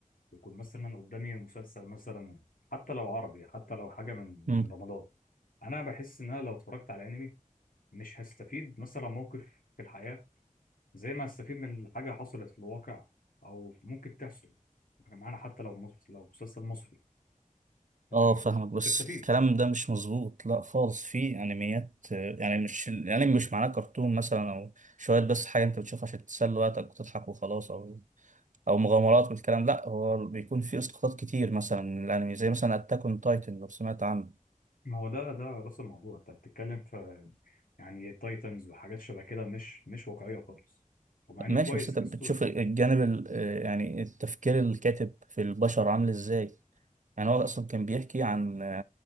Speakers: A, on the left; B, on the right.
A: يكون مثلا قدامي مسلسل مثلا حتى لو عربي حتى لو حاجة من
B: امم
A: من رمضان أنا بحس إن أنا لو اتفرجت على أنمي مش هستفيد مثلا موقف في الحياة زي ما هستفيد من حاجة حصلت في الواقع أو ممكن تحصل معانا حتى لو مس- لو مسلسل مصري انت
B: اه
A: فاهم
B: فاهمك بس
A: تستفيد
B: الكلام ده مش مظبوط لا خالص في انميات آه، يعني مش الانمي مش معناه كرتون مثلا او شويه بس حاجه انت بتشوفها عشان تسلي وقتك وتضحك وخلاص او او مغامرات والكلام لا هو بيكون في اسقاطات كتير مثلا من الانمي زي مثلا اتاك اون تايتن لو سمعت عنه
A: ما هو ده ده راس الموضوع انت بتتكلم في يعني تايتنز وحاجات شبه كده مش مش واقعيه خالص ومع انه
B: ماشي
A: كويس
B: بس انت
A: كستوري
B: بتشوف الجانب ال- آه، يعني التفكير الكاتب في البشر عامل ازاي يعني هو اصلا كان بيحكي عن